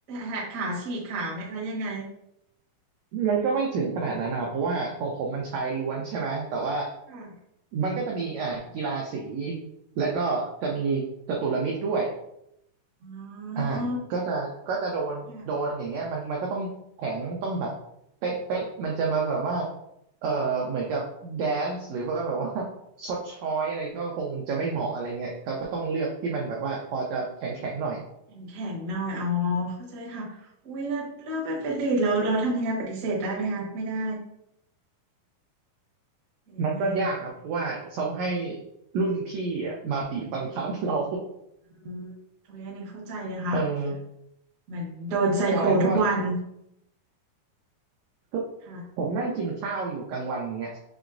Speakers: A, on the right; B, on the right.
A: แหกขาฉีกขาไหมคะยังไง
B: มันก็ไม่ถึงขนาดนั้นนะครับเพราะว่าของผมมันชายล้วนใช่ไหมแต่ว่า
A: ค่ะ
B: มันก็จะมีอ่ากีฬาสีแล้วก็จะมีจตุรมิตรด้วย
A: อ๋อ
B: อ่าก็จะก็จะโดนโดนอย่างเงี้ยมันมันก็ต้องแข็งต้องแบบเป๊ะเป๊ะมันจะมาแบบว่า
A: ค่ะ
B: เอ่อเหมือนกับแดนซ์หรือว่าแบบว่า <laughs> ชดช้อยอะไรก็คงจะไม่เหมาะอะไรเงี้ยเขาก็ต้องเลือกที่มันแบบว่าพอจะแข็งแข็งหน่อย
A: แข็งแข็งหน่อยอ๋อเข้าใจค่ะอุ้ยแล้วเลือกเป็นเป็นลีดแล้วเราทำยังไงปฏิเสธได้ไหมคะไม่ได้ ยังไงอ่ะ
B: มันก็ยากครับเพราะว่าเขาให้รุ่นพี่อะมาบีบบังคับเรา
A: อืมโอ้ยอันนี้เข้าใจเลยค่ะ
B: <laughs> เออ
A: เหมือนโดนไซโคทุกวัน
B: ใช่เพราะว่าก็
A: ค่ะ
B: ผมนั่งกินข้าวอยู่กลางวันอย่างเงี้ย